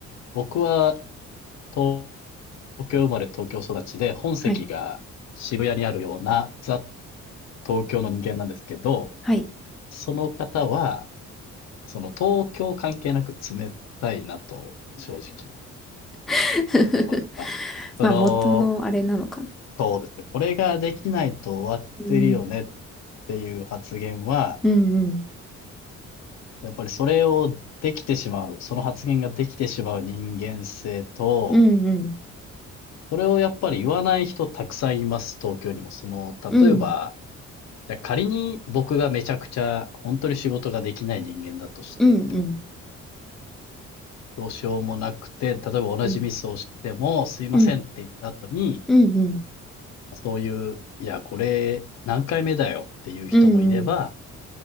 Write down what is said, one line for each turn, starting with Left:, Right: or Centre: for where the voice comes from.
Left: 僕は東京生まれ東京育ちで、本籍が渋谷にあるようなザ・
Centre: はい、
Left: 東京の人間なんですけど、
Centre: はい。
Left: その方は、その東京関係なく冷たいなと正直
Centre: <laughs>
Left: 思いますね。その、
Centre: まあ、元のあれなのかな。
Left: そうですね。これができないと終わってるよねっ
Centre: うん、
Left: ていう発言は、
Centre: うん、うん、
Left: やっぱりそれをできてしまう、その発言ができてしまう人間性と、
Centre: うん、うん、
Left: それをやっぱり言わない人たくさんいます、東京にも。その、
Centre: うん、
Left: 例えば、じゃあ仮に僕がめちゃくちゃ本当に仕事ができない人間だとして、
Centre: うん、うん、
Left: どうしようもなくて、例えば同じミスをしてもすいませんって言った後に、
Centre: うん、うん、うん、うん、
Left: まあそういう、いや、これ何回目だよっていう人もいれば、
Centre: うん、